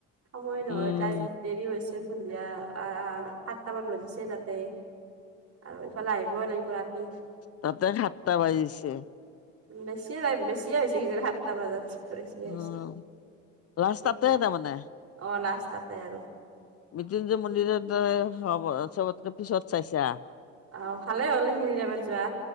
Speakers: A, on the right; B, on the left.
A: সময় নহয়
B: উম
A: টাইম দেৰি হৈছে। সন্ধিয়া সাতটামান বাজিছে তাতে। আৰু এইফালে আহিবই লাগিব ৰাতি
B: তাতে সাতটা বাজিছে।
A: বেছিয়ে বেছিয়ে হৈছে কিজান সাতটা বজাত। বেছিয়ে হৈছে
B: উম
A: তাৰপিছত
B: লাঞ্চ তাতে তাৰমানে।
A: অ লাঞ্চ তাতে আৰু।
B: মৃত্যুঞ্জয় মন্দিৰত তই চবতকে পিছত চাইছা।
A: অ ভালে হ'ল সেইখিনি টাইমত যোৱা।